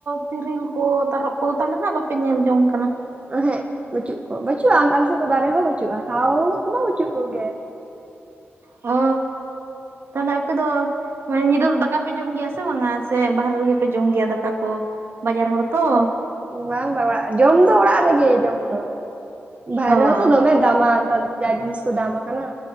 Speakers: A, on the right (about 65°); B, on the right (about 30°).
A: ᱛᱤᱨᱤᱞ ᱠᱚ ᱛᱟᱨᱚᱯ ᱠᱚᱫᱚ ᱛᱟᱦᱚᱞᱮ ᱱᱟᱜ ᱵᱟᱯᱮ ᱧᱮᱞ ᱡᱚᱝ ᱠᱟᱱᱟ᱾
B: ᱦᱮᱜ ᱵᱟᱹᱪᱩᱜ ᱠᱚ ᱵᱟᱹᱪᱩᱜᱼᱟ ᱟᱞᱮ ᱥᱮᱫ ᱫᱚ ᱫᱟᱨᱮ ᱦᱚᱸ ᱵᱟᱹᱪᱩᱜᱼᱟ ᱦᱟᱣ ᱠᱚᱢᱟ ᱵᱟᱹᱪᱩᱜ ᱠᱚᱜᱮ᱾
A: ᱚᱻ ᱛᱟᱦᱚᱞᱮ ᱟᱯᱮ ᱫᱚ ᱢᱟᱱᱮ ᱧᱤᱫᱟᱹ ᱫᱚ ᱫᱟᱠᱟ ᱯᱮ ᱡᱚᱢ ᱜᱮᱭᱟ ᱥᱮ ᱵᱟᱝᱟ? ᱥᱮ ᱵᱟᱦᱮᱨᱮ ᱨᱮᱜᱮ ᱯᱮ ᱡᱚᱢ ᱜᱮᱭᱟ ᱫᱟᱠᱟ ᱠᱚ ᱵᱟᱡᱟᱨ ᱦᱚᱲ ᱛᱚ᱾
B: ᱵᱟᱝ ᱵᱟᱝ ᱚᱲᱟᱜ ᱡᱚᱢ ᱫᱚ ᱚᱲᱟᱜ ᱨᱮᱜᱮ ᱡᱚᱢ ᱫᱚ ᱵᱟᱭᱨᱮ
A: ᱚ
B: ᱦᱚᱸᱛᱚ ᱫᱚᱢᱮ ᱫᱟᱢᱟᱱ <inaudible> ᱡᱟᱭ ᱡᱤᱱᱤᱥ ᱠᱚ ᱫᱟᱢ ᱟᱠᱟᱱᱟ᱾